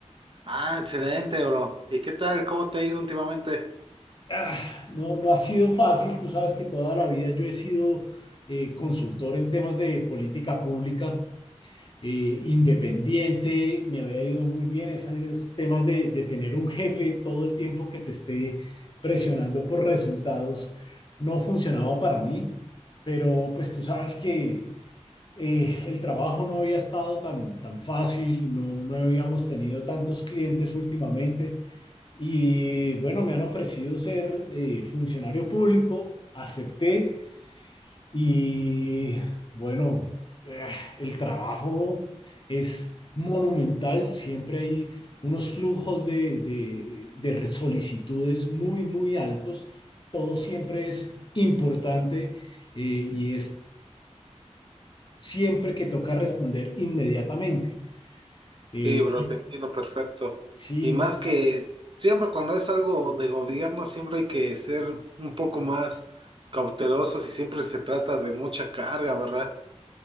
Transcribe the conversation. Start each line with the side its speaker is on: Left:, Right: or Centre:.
Right: Ah, excelente, bro. ¿Y qué tal? ¿Cómo te ha ido últimamente?
Left: Ah, no, no ha sido fácil, tú sabes que toda la vida yo he sido eh, consultor en temas de política pública eh, independiente, me había ido muy bien esos temas de, de tener un jefe todo el tiempo que te esté presionando por resultados, no funcionaba para mí, pero pues tú sabes que eh, el trabajo no había estado tan, tan fácil, no, no habíamos tenido tantos clientes últimamente y bueno, me han ofrecido ser eh, funcionario público, acepté y bueno, eh, el trabajo es monumental, siempre hay unos flujos de, de, de re- solicitudes muy, muy altos, todo siempre es importante eh, y es siempre que toca responder inmediatamente. Eh,
Right: Sí, bro, te entiendo perfecto.
Left: sí,
Right: Y
Left: no,
Right: más que siempre cuando es algo de gobierno, siempre hay que ser un poco más cautelosos y siempre se trata de mucha carga, ¿verdad?